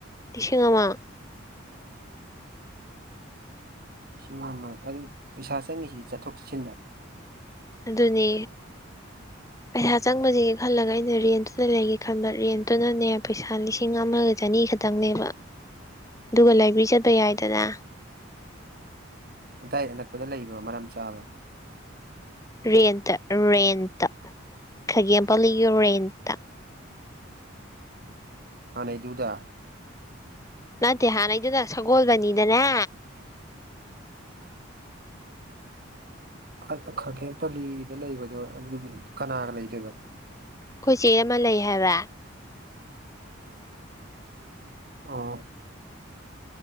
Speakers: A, on the left; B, on the right.
A: ꯂꯤꯁꯤꯡ ꯑꯃꯥ
B: ꯁꯤꯡ ꯑꯃ ꯑꯗꯨꯗꯤ ꯄꯩꯁꯥ ꯆꯪꯏꯁꯦ ꯆꯠꯊꯣꯛ ꯆꯠꯁꯤꯟꯗ
A: ꯑꯗꯨꯅꯤ ꯄꯩꯁꯥ ꯆꯪꯕꯁꯤꯒ ꯈꯜꯂꯒ ꯑꯩꯅ ꯔꯦꯟꯇꯨꯗ ꯂꯩꯒꯦ ꯈꯟꯕ ꯔꯦꯟꯇꯨꯅꯅꯦ ꯄꯩꯁꯥ ꯂꯤꯁꯤꯡ ꯑꯃꯒ ꯆꯅꯤ ꯈꯠ ꯇꯪꯅꯦꯕ ꯑꯗꯨꯒ ꯂꯥꯏꯕ꯭ꯔꯤ ꯆꯠꯄ ꯌꯥꯏꯗꯅ
B: ꯑꯗꯥꯏ ꯑꯅꯛꯄꯗ ꯂꯩꯕ꯭ꯔꯣ ꯃꯔꯝ ꯆꯥꯕ
A: ꯔꯦꯟꯇ ꯔꯦꯟꯇ ꯈꯥꯒꯦꯝ ꯄꯜꯂꯤꯒꯤ ꯔꯦꯟꯇ
B: ꯍꯥꯟꯅꯩꯗꯨꯗ
A: ꯅꯠꯇꯦ ꯍꯥꯟꯅꯩꯗꯨꯅ ꯁꯒꯣꯜꯕꯜꯅꯤꯗꯅꯦ
B: <unintelligible> ꯈꯥꯒꯦꯝ ꯄꯜꯂꯤꯗ ꯂꯩꯕꯗꯣ ꯑꯗꯨ ꯀꯅꯥꯒ ꯂꯩꯗꯣꯏꯕ
A: ꯑꯩꯈꯣꯏ ꯆꯦ ꯑꯃ ꯂꯩ ꯍꯥꯏꯕ
B: ꯑꯣ